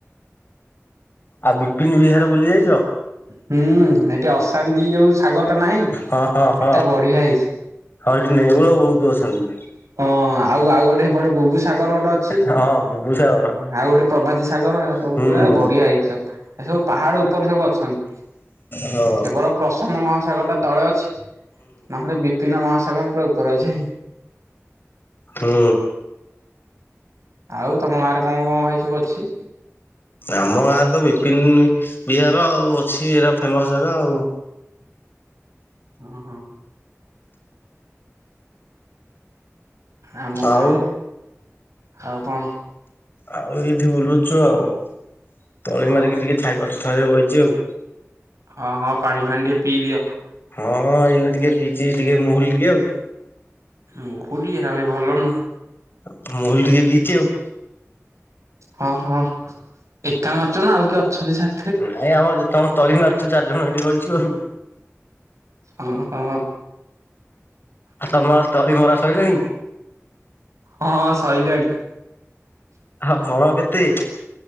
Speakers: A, on the left (about 45°); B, on the right (about 75°).
A: ଆଉ ବିପିନ ବିହାର ବୁଲି ଯାଇଛ?
B: ହୁଁ ଏଠି ଅଶାନ୍ତି ଯୋଉ ସାଗରଟା ନାହିଁ
A: ହଁ ହଁ ହଁ।
B: ଏଟା ବଢିଆ ହେଇଛି।
A: ହଁ ଏଠି ନେଉଳ ବହୁତ ଅଛନ୍ତି।
B: ହଁ ଆଉ ଆଉ ଗୋଟେ ଏପଟେ ବୁବୁ ସାଗର ଗୋଟେ ଅ ଛି
A: ହଁ ବୁବୁ ସାହର।
B: ହୁଁ ଆଉ ଗୋଟେ ପ୍ରଭତି ସାଗର ଏ ସବୁ
A: ହୁଁ
B: ଏ ବଢିଆ ହେଇଚି ସବୁ। ଏ ସବୁ ପାହାଡ ଉପରେ ସବୁ ଅଛନ୍ତି,
A: ହୁଁ
B: କେବଳ ପ୍ରସାନ୍ତ ମହାସାଗରଟା ତଳେ ଅଛି ନହେଲେ ବିପିନ ମହାସାଗର ପୁରା ଉପର ଅଛି।
A: ହୁଁ।
B: ଆଉ ତମ ଗାଁରେ କଣ କଣ ଭାଇ ସବୁ ଅଛି?
A: ଆମ ଗାଁରେ ତ ବିପିନ ବିହାର ଆଉ ଅଛି ଏରା ଫେମସ ଜାଗା ଆଉ।
B: ହଁ ହଁ। ଆମ ଗାଁରେ
A: ଆଉ
B: ଆଉ କଣ?
A: ଆଉ ଏଇଠି ବୁଲୁଚୁ ଆଉ ତଳି
B: ହଁ
A: ମାରିକି ଟିକେ ଛାଇ ଗଛ ଛାଇରେ ବଇଚି ଆଉ।
B: ହଁ ହଁ ପାଣି ଫାଣି ଟିକେ ପିଇ ଦିଅ।
A: ହଁ ହଁ ଏଇନା ଟିକେ ପିଇଚି ଟିକେ ମୁହୁଲୀ ଟିକେ ଆଉ।
B: ମହୁଲି ଏରା ବି ଭଲ ନୁହଁ।
A: ଆଉ ମୁହୁଲି ଟିକେ ପିଇଚି ଆଉ।
B: ହଁ ହଁ ଏକା ମାରୁଚ ନା ଆଉ କିଏ ଅଛନ୍ତି ସା
A: ନାଇଁ ଆମର ଯେତେ ଜଣ ତଳି ମାରୁଛୁ ଚାରି ଜଣ ଏଇଠି ବଇଚୁ ଆଉ।
B: ହଁ ହଁ।
A: ଆଉ ତମର ତଳି ମରା ସଇଲାଣିି?
B: ହଁ ସଇଲାଣି।
A: ହଁ ବଳ କେତେ?